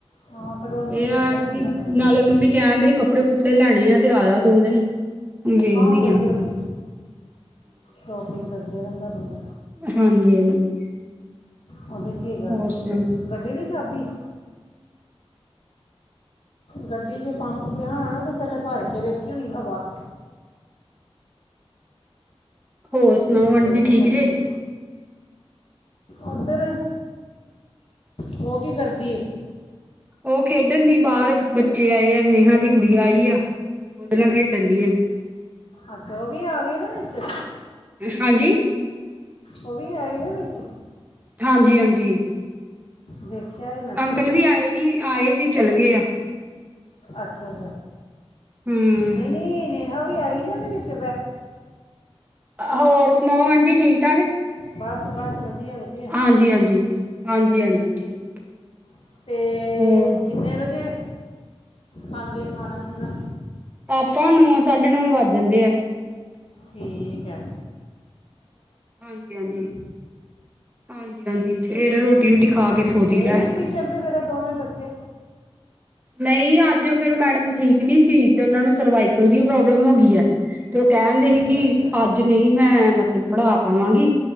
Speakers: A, on the left; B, on the right.
A: ਹਾਂ ਕਲੋਨੀਆਂ
B: ਇਹ
A: ਇਿੱਦਾਂ
B: ਆ ਕਿ
A: ਹੀ ਹੁੰਦਾ ਫਲੰਗਰ।
B: ਨਾਲੇ ਮੰਮੀ ਕਹਿਣਦੇ ਕੱਪੜੇ ਲੈਣੇ ਆ ਤੇ ਆਦਾ ਦੋ ਦਿਨ। ਵੇਖਦੀ
A: ਹੌਲੀ
B: ਹਾਂ।
A: ਹੌਲੀ ਸ਼ੋਪਿੰਗ ਕਰਦੇ ਰੰਦਾ ਬੰਦਾ
B: ਹਾਂਜੀ ਹਾਂਜੀ ਹਾਂਜੀ
A: ਉਹਦੇ ਕੀ ਕਰ
B: ਹੋਰ ਸੁਣਾਓ
A: ਗੱਡੀ ਦੀ ਚਾਬੀ ਗੱਡੀ ਚੇ ਪੰਪ ਪਿਆਾਣਾ ਨਾ ਤਾਂ? ਤੇ ਪੇਲਾ ਪਰਕੇ ਵੇਖੀ ਹੋਣੀ ਹਵਾ
B: ਹੋਰ ਸੁਣਾਓ ਆਂਟੀ
A: ਤੇ ਉਹਦੇ
B: ਠੀਕ
A: ਕਰਕੇ
B: ਜੇ?
A: ਉਧਰ ਉਹ ਕੀ ਕਰਦੀ?
B: ਉਹ ਖੇਡਣ ਦੀ ਬਾਹਰ ਬੱਚੇ ਆਏ ਆ ਨੇਹਾਂ ਦੀ ਕੁੜੀ ਆਈ ਆ। ਉਹਦੇ ਨਾਲ ਖੇਡਣ ਦੀ ਆ।
A: ਅੱਛਾ, ਉਹ ਵੀ ਆ ਗਏ ਨਾ ਵਿਚ?
B: ਹਾਂਜੀ?
A: ਉਹ ਵੀ ਹੈਏ ਨਾ ਵਿੱਚ?
B: ਹਾਂਜੀ-ਹਾਂਜੀ,
A: ਦੇਖਿਆ ਹੀ ਮੈਂ
B: ਅੰਕਲ ਵੀ ਆਏ ਨੀ ਆਏ ਸੀ ਚੱਲ ਗਏ ਆ।
A: ਅੱਛਾ-ਅੱਛਾ
B: ਹੂੰ
A: ਨਹੀਂ-ਨਹੀਂ ਨਹੀਂ ਠ ਵੀ ਆਈ ਨਾ ਉਹਦੇ ਵਿੱਚ
B: ਹੋਰ ਸੁਣਾਓ ਆਂਡੀ? ਠੀਕ?
A: ਬਸ ਬਸ ਵਧੀਆ ਵਧੀਆ
B: ਹਾਂਜੀ-ਹਾਂਜੀ ਹਾਂਜੀ-ਹਾਂਜੀ ਠੀਕ।
A: ਅਤੇ,
B: ਹੋਰ
A: ਕਿੰਨੇ ਵਜੇ? ਹਾਂਗੇ ਖਾਣਾ ਪੀਣਾ?
B: ਆਪਾਂ ਨੌ ਸਾਢੇ ਨੌ ਵੱਜ ਜਾਂਦੇ ਆ।
A: ਠੀਕ ਹੈ ਹ
B: ਹਾਂਜੀ-ਹਾਂਜੀ ਹਾਂਜੀ-ਹਾਂਜੀ ਫੇਿਰ ਰੋਟੀ ਰੋਟੀ
A: ਅੱਛਾ,
B: ਖਾ ਕੇ ਸੋਜੀ
A: ਗਏ
B: ਦਾ
A: ਹੀ ਟਿਊਸ਼ਨ ਤੇ ਫਿਰ ਇਹ ਦੋਵੇਂ ਬੱਚੇ?
B: ਨਹੀਂ, ਅੱਜ ਫਿਰ ਮੈਡਮ ਠੀਕ ੀ ਸੀ, ਤੇ ਉਹਨਾ ਨੂੰ ਸਰਵਾਈਕਲ ਦੀ ਪ੍ਰੋਬਲਮ ਹੋ ਗਈ ਹੈ ਤੇ ਉਹ ਕਹਿਣਦੇ ਸੀ
A: ਅੱਛਾ
B: ਕਿ
A: ਅੱਛਾ
B: ਅੱਜ ਨਹੀਂ ਮੈਂ ਮਤਲਬ ਪੜ੍ਹਾ ਪਾਵਾਂਗੀ,